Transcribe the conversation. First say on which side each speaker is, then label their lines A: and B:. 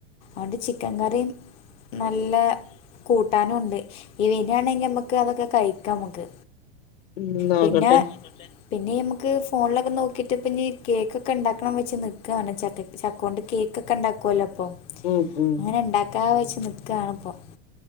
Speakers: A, on the left; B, on the left.
A: അതുകൊണ്ട് ചിക്കൻ കറിയും- നല്ല കൂട്ടാനും ഒണ്ട് നീ വരുവാ ണെങ്കിൽ നമുക്ക് അതൊക്കെ കഴിക്കാം നമുക്ക്
B: ഉം നോക്കട്ടെ
A: പിന്നെ- പിന്നെ ഈ നമുക്ക് ഫോണിലൊക്കെ നോക്കിയിട്ട് ഇപ്പ ഞാൻ കേക്കൊക്കെ ഉണ്ടാക്കാന്ന് വെച്ച് നിൽക്കുവാണ് ചക്കക്ക് ചക്ക കൊണ്ട് കേക്കൊക്കെ ഉണ്ടാക്കുവല്ലോ ഇപ്പൊ-
B: ഉം ഉം
A: ഞാൻ ഉണ്ടാക്കാന്ന് വെച്ച് നിക്കാണ് ഇപ്പം